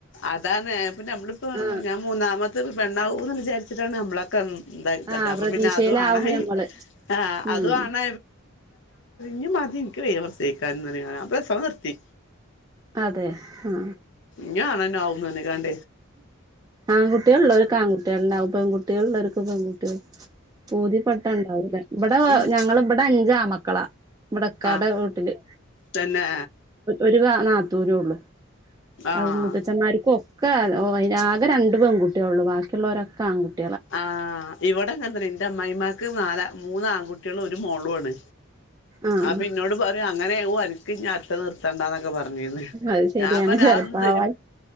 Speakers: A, on the left (about 60°); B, on the right (about 20°).
A: അതാണ് ഇപ്പ നമ്മളിപ്പോ
B: ആഹ്
A: ഞാൻ മൂന്നാമത്തെ പെണ്ണാവൂന്ന് വിചാരിച്ചിട്ടാണ് നമ്മളൊക്കെ എന്ത ഇതാക്ക
B: ആഹ്
A: അപ്പൊ
B: പ്രതീക്ഷയിലാവും
A: പിന്നെ അതുവാണ
B: ഞമ്മള്
A: ആ അതുവാണ
B: ഉം
A: ഞ്ഞ മതിഇൻക്ക് വയ്യ പ്രസവിക്കാൻ ഞാൻ പ്രസംവം നിർത്തി
B: അതെ ആ
A: ഞ്ഞും ആണെന്നെ ആവും പറഞ്ഞു ഞ്ഞ
B: ആൺ കുട്ടിള് ഇള്ളോർക്ക് ആൺ കുട്ടിയാള്ണ്ടാവും പെൺ കുട്ടികൾ ഉള്ളോൽക്ക് പെൺകുട്ടികൾ പഊതി പട്ട ഉണ്ടാവൂല ഇവിടെ
A: ഉം
B: ഞങ്ങള് ഇവിടെ അഞ്ചാ മക്കളാ വട ക്കാടെ
A: ആഹ്
B: വീട്ടില്
A: തന്നെ
B: ഒരു കാ നാത്തൂനെ ഉള്ളു
A: ആഹ്
B: അ ഹ് മുത്തച്ഛന്മാർകൊക്കെ ആകെ രണ്ടു പെൺകുട്ടിയള്ളു ബാക്കിയുള്ളവരൊക്കെ ആൺകുട്ടി
A: ആഹ്... ഇവിടെ ഇങ്ങനെ തന്നെ നി ന്റെ അമ്മായിമാക്ക് നാലാ മൂന്ന് ആൺകുട്ടികളും ഒരു മോളുണ്
B: ആഹ്
A: ആപ്പന്നോട് പറയും അങ്ങനെ അക്ക് ഞാ അട്ട നിർ <unintelligible> ത്തണ്ടന്നൊക്കെ പറഞ്ഞിന്ന്
B: അത് ശരിയാണ്
A: ഞാൻ പറഞ്ഞ
B: ചെലപ്പാവായി
A: ആ ത